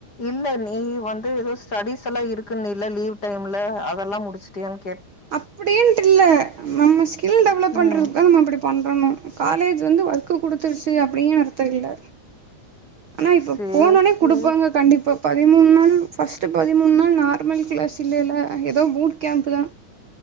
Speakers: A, on the left (about 25°); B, on the right (about 70°).
A: இல்ல நீ வந்து ஏதோ ஸ்டடீஸ்லா இருக்குன்னீல்ல லீவ் டைம்ல அதெல்லா முடிச்சிட்டியான்னு
B: அப்டின்ட்டு இல்ல நம்ம ஸ்கில் டெவலப்
A: ம்
B: பண்றதுக்குதா நம்ம அப்டி பண்றணு காலேஜ் வந்து ஒர்க்கு குடுத்துருச்சு அப்டிங்க அர்த்த இல்ல ஆனா இப்ப
A: சேர்
B: போனோன்னே
A: சேர்
B: குடுப்பாங்க கண்டிப்பா பதிமூணு நாள் ஃபஸ்ட்டு பதிமூணு நாள் நார்மல் கிளாஸ் இல்லேல்ல ஏதோ பூட் கேம்ப்தா